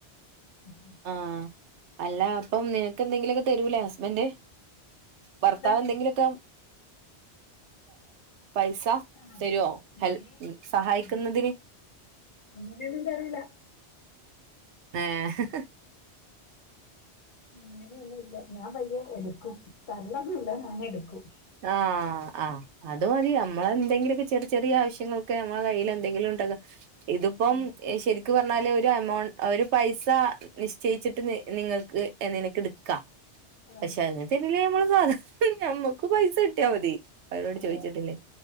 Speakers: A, on the left (about 50°); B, on the right (about 75°).
A: ന്നെ.
B: ആഹ് അല്ല അപ്പം നിനക്കെന്തെങ്കിലൊക്കെതരൂലേ, ഹസ്ബൻഡ്. ഭർത്താവ്
A: എന്ത്
B: എന്തെങ്കിലൊക്കെ പൈസ,
A: ആണോ?
B: തരോ
A: ഇനി
B: ഹെൽ.. സഹായിക്കുന്നതിന്
A: അങ്ങനെ അങ്ങനെയൊന്നും തരില്ല.
B: എഹ്
A: അങ്ങനെയൊന്നു ഇല്ല. ഞാൻപയ്യെ എടുക്കും. തര്ലൊന്നുല്ല ഞാനെടുക്കും.
B: ആഹ് ആ അതുമതിയോ നമ്മളെന്തെങ്കിലുമൊക്കെ ചെറിയ ചെറിയ ആവശ്യങ്ങക്ക്‌ നമ്മുടെ കൈയ്യിലെന്തെങ്കിലും ഉണ്ടത് ഇതിപ്പംശരിക്കു
A: ഉം
B: പറ- നല്ലയൊരു എമൗണ്ട് അവരു പൈസ നിശ്ചയിച്ചിട്ട് നിങ്ങൾക്ക് നിനക്ക്‌ എടുക്കാം
A: ആഹ്
B: പക്ഷേ അങ്ങനത്തെതന്നല്ലേ നമ്മളുസാധാരണ ഞമ്മക്കുപൈസ കിട്ടിയാൽ മതി അവരോട്
A: അതെ
B: ചോദിച്ചിട്ടില്ലേ